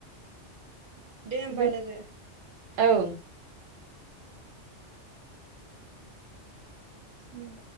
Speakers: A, on the right; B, on the right.
A: दे होमबा
B: जों
A: लोगो
B: ओं उम